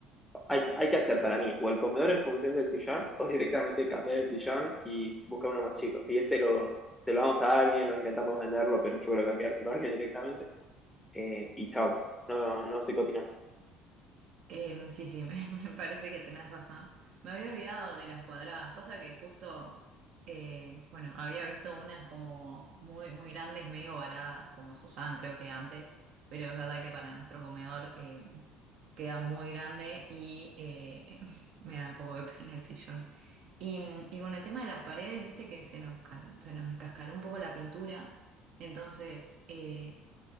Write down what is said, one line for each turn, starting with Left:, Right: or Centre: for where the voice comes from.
Centre: hay, hay que hacer para mí o el comedor en función del sillón o directamente cambiar el sillón y buscar uno más chico. Y este lo, se lo vamos a alguien o intentamos venderlo, pero yo creo que hay que dárselo a alguien directamente. eh, y chao. No, no sé qué opinas.
Right: Em, sí, sí, <laughs> me, me parece que tenés razón. Me había olvidado de las cuadradas. Pasa que justo, eh, bueno, había visto unas como muy, muy grandes, medio ovaladas, como Susan creo que antes, pero es verdad que para nuestro comedor em, queda muy grande y eh, <laughs> me da un poco de pena el sillón. Y, y con el tema de las paredes, viste que se nos, ca- se nos descascaró un poco la pintura. Entonces, eh,